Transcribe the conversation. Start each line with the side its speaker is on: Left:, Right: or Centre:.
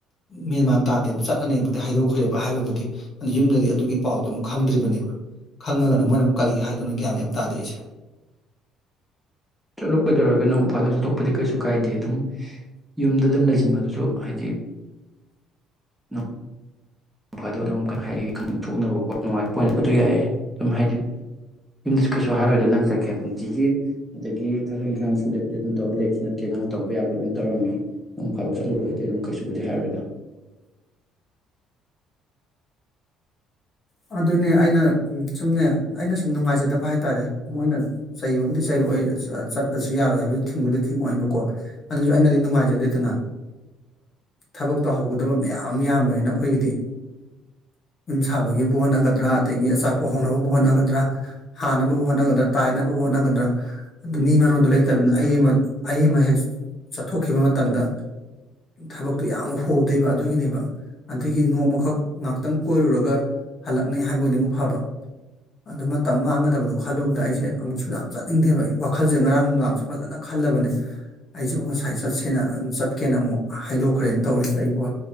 Left: ꯃꯦꯟꯃꯥꯟ ꯇꯥꯗꯦꯕ ꯆꯠꯅꯅꯦꯕꯨꯗꯤ ꯍꯥꯏꯗꯣꯛꯈ꯭ꯔꯦꯕ ꯍꯥꯏꯕꯕꯨꯗꯤ ꯑꯗꯨ ꯌꯨꯝꯗꯗꯤ ꯑꯗꯨꯒꯤ ꯄꯥꯎꯗꯨꯣ ꯑꯃꯨꯛ ꯈꯪꯗ꯭ꯔꯤꯕꯅꯦꯕ ꯈꯪꯉꯒꯅꯣ ꯃꯣꯏꯅ ꯑꯃꯨꯛ ꯀꯔꯤ ꯍꯥꯏꯗꯨꯅ ꯒ꯭ꯌꯥꯟ ꯌꯥꯝ ꯇꯥꯗꯣꯏꯔꯤꯁꯦ
Centre: ꯆꯠꯨꯛ ꯀꯣꯏꯗꯧꯔꯒ ꯅꯣꯡ ꯐꯥꯗ ꯆꯄ ꯗꯤ ꯀꯩꯁꯨ ꯀꯥꯏꯗꯦ ꯑꯗꯨꯝ ꯌꯨꯝꯗ ꯑꯗꯨꯝ ꯂꯩꯁꯤꯟꯕꯗꯨꯁꯨ ꯍꯥꯏꯗꯤ ꯅ ꯃꯈꯗꯣ ꯑꯗꯨꯝ ꯍꯥꯏꯗꯤ ꯈ ꯊꯣꯛꯣꯛꯅꯕꯀꯣ ꯅꯨꯡꯉꯥꯏꯄ ꯑꯣꯏꯅ ꯑꯗꯨ ꯌꯥꯏꯑ ꯑꯗꯨꯝ ꯍꯥꯏꯗꯤ ꯌꯨꯝꯗꯁꯨ ꯀꯩꯁꯨ ꯍꯥꯏꯔꯦꯗ ꯅꯪ ꯆꯠꯀꯦ ꯅꯨꯡꯇꯤꯒꯤ ꯑꯗꯒꯤ ꯊꯕꯛ ꯏꯪꯈꯥꯡ ꯁꯨꯗꯕꯤꯗꯤ ꯑꯗꯨꯝ ꯇꯧꯔꯒ ꯂꯩꯕꯁꯨ ꯅꯠꯇꯦ ꯅꯪꯅ ꯇꯧꯕ ꯌꯥꯕ ꯂꯣꯏ ꯇꯧꯔꯝꯃꯤ ꯅꯪ ꯐꯥꯧ ꯆꯠꯂꯨꯕꯗꯗꯤ ꯑꯗꯨꯝ ꯀꯩꯁꯨꯕꯨꯗꯤ ꯍꯥꯏꯔꯣꯏꯗ
Left: ꯑꯗꯨꯅꯦ ꯑꯩꯅ ꯎ ꯁꯨꯝꯅꯦ ꯑꯩꯅ ꯁꯨꯝ ꯅꯨꯡꯉꯥꯏꯖꯗꯕ ꯍꯥꯏꯇꯥꯔꯦ ꯃꯣꯏꯅ ꯆꯩꯕꯕꯨꯗꯤ ꯆꯩꯕ ꯆꯠꯄꯁꯨ ꯌꯥꯔꯣꯏ ꯍꯥꯏꯕꯗꯨ ꯊꯤꯡꯕꯗꯤ ꯊꯤꯡꯉꯑꯣꯏꯕꯀꯣ ꯑꯗꯨꯁꯨ ꯑꯩꯅꯗꯤ ꯅꯨꯡꯉꯥꯏꯖꯗꯦꯗꯅ ꯊꯕꯛ ꯇꯧꯍꯧꯒꯗꯕ ꯃꯌꯥꯝ ꯌꯥꯝꯕꯅꯤꯅ ꯑꯩꯈꯣꯏꯒꯤꯗꯤ ꯌꯨꯝ ꯁꯥꯕꯒꯤ ꯒꯤꯕꯨ ꯍꯣꯠꯅꯒꯗ꯭ꯔꯥ ꯑꯗꯒꯤ ꯑꯆꯥꯄꯣꯠ ꯍꯧꯣꯡꯅꯕꯕꯨ ꯍꯣꯠꯅꯒꯗ꯭ꯔꯥ ꯍꯥꯟꯅꯕꯕꯨ ꯍꯣꯠꯅꯒꯗ꯭ꯔꯥ ꯇꯥꯏꯅꯕ ꯍꯣꯠꯅꯒꯗ꯭ꯔꯥ ꯑꯗꯨ ꯃꯤ ꯃꯔꯣꯟꯗꯣ ꯂꯩꯇꯕꯅꯤꯅ ꯑꯩ ꯑꯃ ꯑꯩ ꯑꯃ ꯍꯦꯛ ꯆꯠꯊꯣꯛꯈꯤꯕ ꯃꯇꯝꯗ ꯊꯕꯛꯇꯣ ꯌꯥꯝ ꯍꯣꯗꯣꯏꯕ ꯑꯗꯨꯒꯤꯅꯦꯕ ꯑꯗꯒꯤ ꯅꯣꯡꯃꯈꯛ ꯉꯍꯥꯛꯇꯪ ꯀꯣꯏꯔꯨꯔꯒ ꯍꯜꯂꯛꯅꯤ ꯍꯥꯏꯕꯗꯤ ꯑꯃꯛ ꯐꯕ ꯑꯗ ꯃꯇꯝ ꯃꯥꯡꯒꯗꯕꯗꯣ ꯈꯜꯂꯨꯕꯗ ꯑꯩꯁꯦ ꯑꯃꯨꯛꯁꯨ ꯌꯥꯝ ꯆꯠꯅꯤꯡꯗꯦꯕ ꯑꯩꯒꯤ ꯋꯥꯈꯜꯁꯦ ꯉꯔꯥꯡ ꯅꯨꯡꯗꯥꯥꯡꯁꯨ ꯐꯖꯅ ꯈꯜꯂꯕꯅꯦ ꯑꯩꯁꯤꯕꯨ ꯉꯁꯥꯏ ꯆꯠꯁꯦꯅ ꯆꯠꯀꯦꯅ ꯑꯃꯨꯛ ꯍꯥꯏꯗꯣꯛꯈ꯭ꯔꯦꯅ ꯇꯧꯔꯤꯁꯦ ꯑꯩꯕꯨ